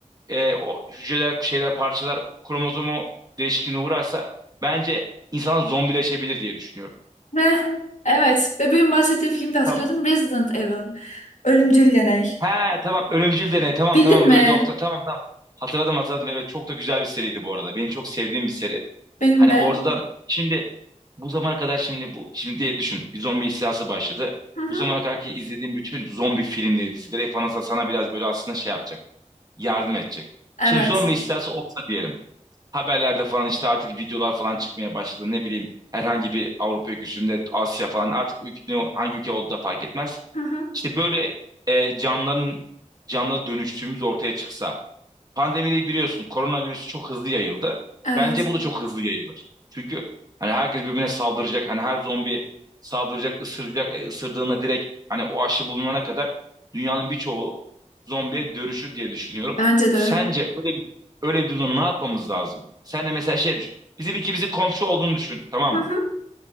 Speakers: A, on the right (about 30°); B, on the left (about 70°).
A: e, o hücreler, şeyler, parçalar kromozomu değişikliğine uğrarsa bence insana zombileşebilir diye düşünüyorum.
B: Ve evet. Ve benim bahsettiğim filmde hatırladım.
A: Tamam.
B: Resident Evil. Ölümcül Deney.
A: He tamam ölümcül deney tamam
B: Bildin
A: tamam
B: mi?
A: böyle doktor tamam tamam. Hatırladım hatırladım evet çok da güzel bir seriydi bu arada. Benim çok sevdiğim bir seri.
B: Benim
A: Hani
B: de.
A: oradan şimdi bu zamana kadar şimdi bu şimdi diye düşün bir zombi istilası başladı.
B: Hı hı.
A: Bu zamana kadar ki izlediğim bütün zombi filmleri dizileri falan sana sana biraz böyle aslında şey yapacak yardım edecek.
B: Evet.
A: Şimdi zombi istilası olsa diyelim haberlerde falan işte artık videolar falan çıkmaya başladı ne bileyim herhangi bir Avrupa ülkesinde Asya falan artık ülke, ne- hangi ülke olduğu da fark etmez.
B: Hı hı.
A: İşte böyle e, canların canlı dönüştüğümüz ortaya çıksa. Pandemide biliyorsun koronavirüs çok hızlı yayıldı.
B: Evet.
A: Bence bu da çok hızlı yayılır. Çünkü hani herkes birbirine saldıracak. Hani her zombi saldıracak, ısıracak. E, ısırdığında direkt hani o aşı bulunana kadar dünyanın birçoğu zombiye dönüşür diye düşünüyorum.
B: Bence de.
A: Sence öyle bir öyle bir durumda ne yapmamız lazım? Sen de mesela şey düşün. Bizim ikimizin komşu olduğunu düşün, tamam
B: Hı hı.
A: mı?